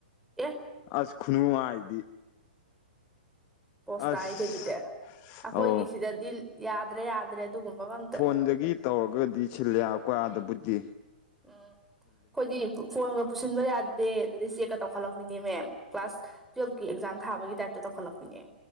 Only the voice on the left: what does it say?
ꯑꯁ ꯈꯨꯅꯨꯡꯉꯥꯏꯗꯤ
ꯑꯁ
ꯑꯧ
ꯐꯣꯟꯗꯒꯤ ꯇꯧꯔꯒꯗꯤ ꯁꯤꯜꯂꯦ‌ ꯑꯩꯈ‌ꯣꯏ ꯑꯗꯕꯨꯗꯤ